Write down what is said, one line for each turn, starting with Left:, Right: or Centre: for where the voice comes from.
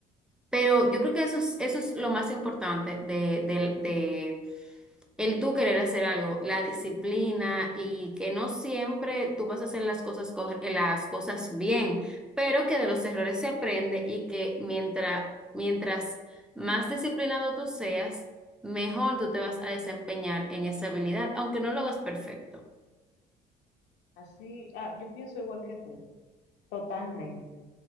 Centre: Pero yo creo que eso es, eso es lo más importante de, del- de el tú querer hacer algo, la disciplina y que no siempre tú vas a hacer las cosas, co- eh, las cosas bien, pero que de los errores se aprende y que mientras, mientras más disciplinado tú seas, mejor tú te vas a desempeñar en esa habilidad, aunque no lo hagas perfecto.
Left: Así, ah, yo pienso igual que tú. Totalmente.